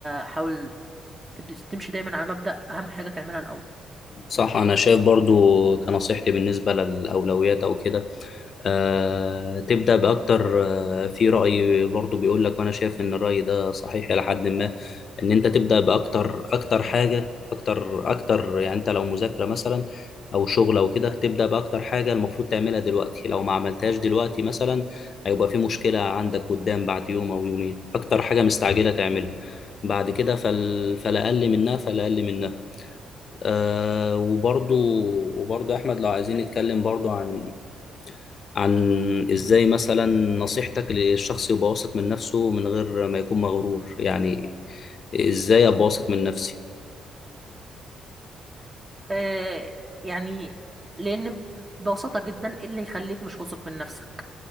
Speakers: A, on the right; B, on the left.
A: حاول تبد- تمشي دايما على مبدأ اهم حاجه تعملها الاول
B: صح انا شايف برضو كنصيحتي بالنسبه للاولويات او كده آه، تبدا باكتر آه، في راي برضو بيقول لك وانا شايف ان الراي ده صحيح الى حد ما ان انت تبدا باكتر اكتر حاجه اكتر اكتر يعني انت لو مذاكره مثلا او شغل او كده تبدا باكتر حاجه المفروض تعملها دلوقتي لو ما عملتهاش دلوقتي مثلا هيبقى في مشكله عندك قدام بعد يوم او يومين اكتر حاجه مستعجله تعملها بعد كده فال... فلا اقل منها فلا اقل منها آه وبرضو وبرضو احمد لو عايزين نتكلم برضو عن عن ازاي مثلا نصيحتك للشخص يبقى واثق من نفسه من غير ما يكون مغرور يعني ازاي ابقى واثق من نفسي
A: آه يعني لأن ببساطة جدا إيه اللي يخليك مش واثق من نفسك